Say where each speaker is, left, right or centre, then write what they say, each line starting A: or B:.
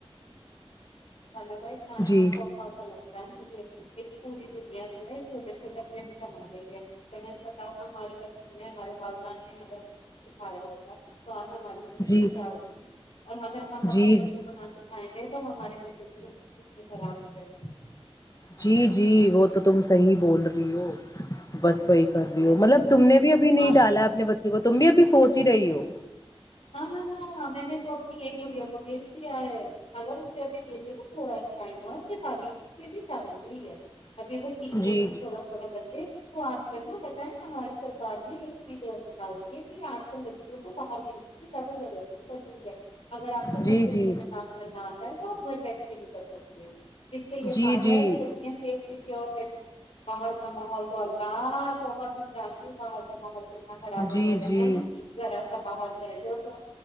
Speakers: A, on the left; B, on the left.
A: سا کا ایک نیا
B: جی
A: توحفہ چلا ارن مے ایک پوری دنیا جوڑ ہے <unintelligible> چھوٹے چھوٹ پ سما گئی ہے بتاؤ ہمارے بچپن میں ہمارے والدہ نے ہم سکھایا ہوگ تو آ ہماری زندگی
B: جی
A: کیا ہوتی ہے اور اگر ہم
B: جی
A: اپنے بچوں کو نہ سکھائیں گے تو ہمارے بچوں توب کتنی خراب ہو جائیں گی
B: جی جی وہ تو تم صحیح بول رہی ہو بس وہی بھی
A: کہتے
B: ہو مطلب
A: ہیں
B: تم نے بھی ابھی
A: آج
B: نہیں ڈالا اپنے بچ تم بھی ابھی سوچ ہی رہی ہو
A: ہاں نہ نہ ہ میں نے تو اپنی ایک بڑیا کو بھیج دیا ہے اگر جب بھی دجے گ تھوڑا ہی ٹائم ہو تو تی کے بھی چالو ٹھیک ہے <inaudible> ابھی وہ سیکھے
B: جی
A: تھی تھوڑا تھوڑا کرچے تو آج کل نا پتہ ہے نا ہماری سرکار نے ایک چیز ر نکال یہ بھی آج کل لڑکیوں کو باہر م سازا پ گ اگر آپ کو کمپیوٹر
B: جی جی جی
A: میں کام کرنا ہوتا <unintelligible> میں تو آپ گھر بیٹھ کے بھی کر سکتی ہیں جسے یہ
B: جی
A: فائدا
B: جی
A: ہے کہ لڑکیاں صیف س باہر کا محول تو اللہ توبا تم ج ان باہر کا ماحول سے اتنا خراب
B: جی
A: ہو گیا بہن
B: جی
A: ذرا سا باہر م جو تو